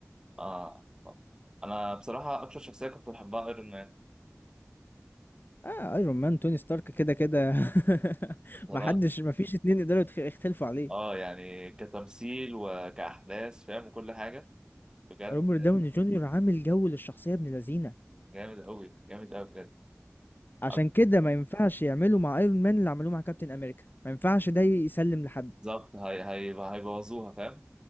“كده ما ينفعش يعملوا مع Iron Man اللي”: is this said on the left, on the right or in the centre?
Left